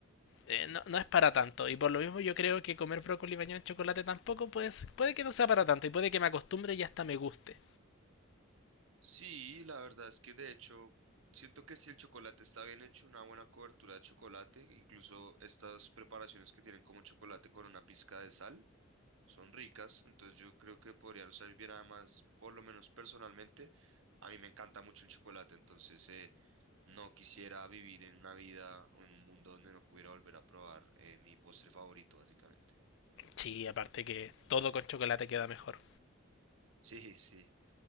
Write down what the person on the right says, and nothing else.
Sí, la verdad es que de hecho siento que si el chocolate está bien hecho, una buena cobertura de chocolate, incluso estas preparaciones que tienen como chocolate con una pizca de sal, son ricas, entonces yo creo que podrían salir bien además, por lo menos personalmente, a mí me encanta mucho el chocolate, entonces eh, no quisiera vivir en una vida o en un mundo donde no pudiera volver a probar eh, mi postre favorito, básicamente. <laughs>
Sí, sí.